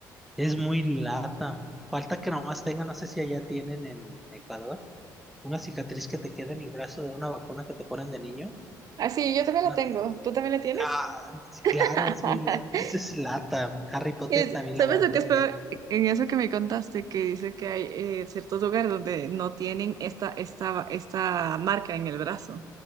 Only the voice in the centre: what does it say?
es muy lata. Falta que nomás tenga, no sé si allá tienen en Ecuador, una cicatriz que te queda en el brazo de una vacuna que te ponen de niño.
No,
ah, sí, claro,
es muy lata. Esa es lata. Harry Potter
también
la va a
tener.